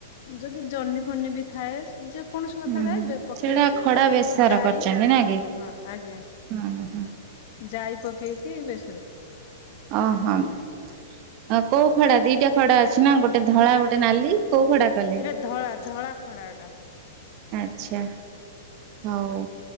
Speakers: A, on the left; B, on the right.
A: ଯଦି ଜହ୍ନି ଫନି ବି ଥାଏ ଯେକୌଣସି କଥା
B: ହୁଁ
A: ଥାଏ
B: ହୁଁ
A: ପକେଇକି
B: ସେଇଟା ଖଡା
A: ତାକୁ
B: ବେସର
A: ଯାଇ
B: କରିଛନ୍ତି ନା କି?
A: ହଁ ଆଜ୍ଞା
B: ହୁଁ ହୁଁ
A: ଯାଇ ପକେଇକି ବେଶରେ
B: ଅ ହମ୍ ଅ କୋଉ ଖଡା ଦିଟା ଖଡା ଅଛି ନା ଗୋଟେ ଧଳା ଗୋଟେ ନାଲି କୋଉ ଖଡା? କଲେ?
A: ଏଇଟା ଧଳା-ଧଳା ଖଡା ଟା।
B: ଆଚ୍ଛା, ହଉ